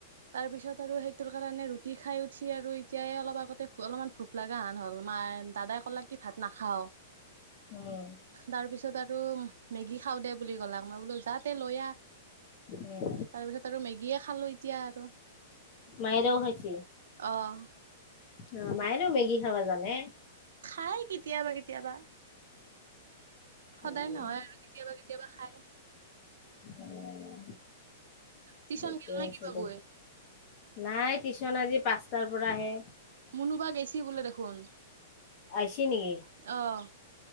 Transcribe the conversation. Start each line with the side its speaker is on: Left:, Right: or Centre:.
Right: তাৰপিছত আৰু সেইটোৰ কাৰণে। ৰুটি খাই উঠি আৰু এতিয় অলপ আগতে অলপমান ভোক লগা হন হ'ল মা দাদাই ক'লা কি ভাত নাখাও।
Left: উম
Right: তাৰ পিছত আৰু মেগি খাঁও দে। বুলি কলাক মই বোলো যাতে লৈ আহ
Left: উম
Right: তাৰপিছত আৰু মেগী। গিয়ে খালো এতিয়া আৰু।
Left: মায়েৰেও হৈছিল।
Right: অহ'।
Left: অ মায়ো মেগী খাবা জানে।
Right: খাই কেতিয়াবা কেতিয়াবা। সদায়
Left: উম
Right: নহয় আৰু কেতিয়াবা কেতিয়াবা খাই।
Left: উম
Right: টিউচন
Left: ঠিকে
Right: গেল নে
Left: আছে
Right: কি বাবুই
Left: দে, নাই টিউশন আজি পাঁচটাৰ পৰা আহে।
Right: মুনোবা গেছি বোলে দেখোন,
Left: আহিছি নেকি
Right: অহ'